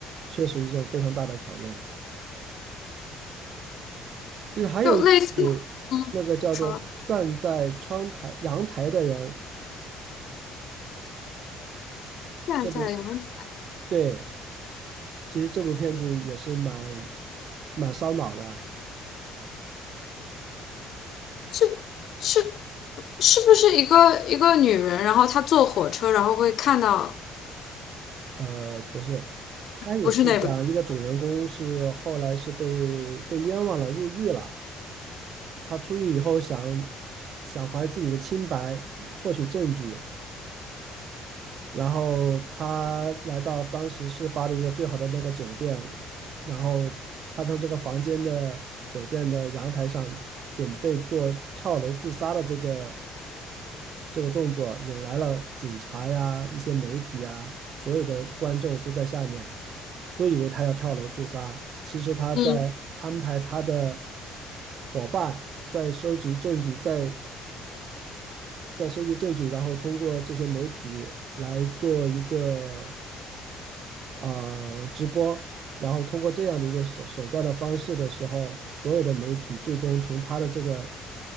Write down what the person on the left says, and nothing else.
就类似，嗯，说现在有人
是是是不是一个一个女人，然后她坐火车，然后会看到
不是那个，
嗯